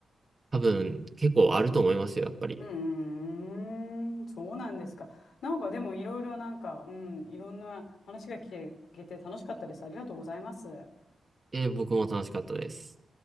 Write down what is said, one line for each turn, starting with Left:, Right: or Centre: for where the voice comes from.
Right: 多分結構あると思いますよ、やっぱり。
Left: うーん、そうなんですか。なんかでもいろいろなんか、うん、いろんな話が聞け、聞けて楽しかったです。ありがとうございます。
Right: えー僕も楽しかったです。